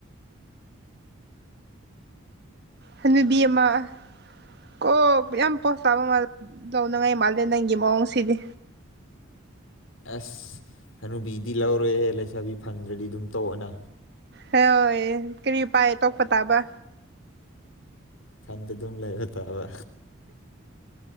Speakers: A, on the right (about 50°); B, on the left (about 75°).
A: ꯍꯟꯅꯨꯕꯤ ꯑꯃ ꯀ ꯌꯥꯝ ꯄꯣꯁ ꯆꯥꯕ ꯇꯧꯅꯉꯥꯏ ꯃꯥꯜꯂꯦ ꯅꯪꯒꯤ ꯃꯑꯣꯡꯁꯤꯗꯤ
B: ꯑꯁ ꯍꯅꯨꯕꯤꯗꯤ ꯂꯧꯔꯣꯏꯍꯦ ꯂꯩꯁꯥꯕꯤ ꯐꯪꯗ꯭ꯔꯗꯤ ꯑꯗꯨꯝ ꯇꯧꯑꯣꯅ
A: ꯍꯣꯏ ꯀꯔꯤ ꯄꯥꯏ ꯇꯣꯛꯄ ꯇꯥꯕ
B: ꯈꯟꯗ ꯑꯗꯨꯝ ꯂꯩꯕ ꯇꯥꯕ